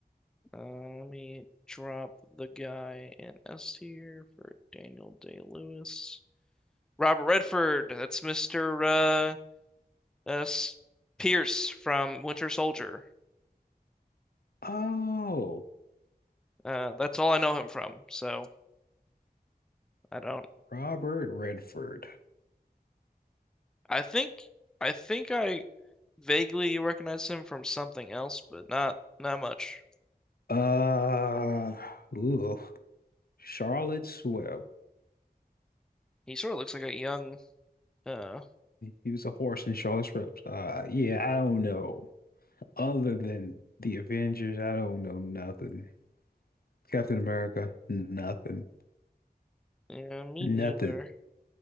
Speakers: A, in the centre; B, on the left.
A: Uh, let me drop the guy in S tier for Daniel Day-Lewis. Robert Redford, that's Mr. uh, uh, S- Pierce from Winter Soldier.
B: Oh.
A: Uh, that's all I know him from. So I don't.
B: Robert Redford.
A: I think I think I vaguely recognize him from something else, but not not much.
B: Uh, ooh, Charlotte's Web.
A: He sort of looks like a young. Uh,
B: He was a horse in Charlotte's Web. Uh, yeah, I don't know. Other than the Avengers, I don't know nothing. Captain America, nothing,
A: yeah, me
B: nothing.
A: neither.